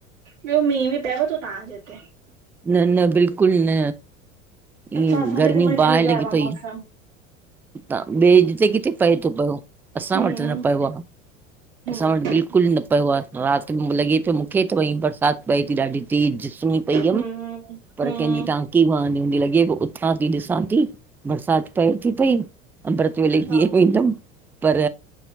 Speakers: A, on the right; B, in the centre.
A: ॿियो मींहु बि पएव थो तहांजे हित?
B: न- न बिल्कुलु न
A: अच्छा
B: ईअ
A: असांजे
B: गर्मी
A: हिते महिल
B: बाहि
A: ठही आयो
B: लॻी
A: आहे मौसम
B: पईआ। त ॿिएते किथे पए थो पियो असां
A: हम्म
B: वट न पियो आहे
A: हम्म
B: असां वट बिल्कुलु न पियो आहे रात लॻे पियो मूंखे त वई बरसाति पए थी ॾाढी तेज सु्ही पई हुयमि
A: हम्म
B: पर
A: हम्म
B: कंहिंजी कां की वांंदी हूंदी लॻे उथां थी ॾिसां थी बरसाति पए थी। पई अमृत वेले कीअं
A: हा
B: कोईंदमि पर